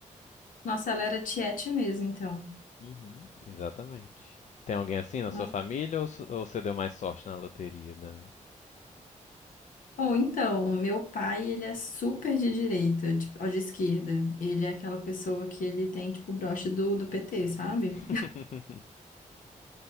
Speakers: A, on the left; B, on the left.
A: Nossa, ela era tiete mesmo, então.
B: Uhum, exatamente. Tem alguém assim na
A: Nossa.
B: sua família ou, su- ou você deu mais sorte na loteria da...
A: Bom, então, o meu pai, ele é super de direita, tipo, ou de esquerda. Ele é aquela pessoa que ele tem, tipo, o broche do, do PT, sabe?
B: <laughs>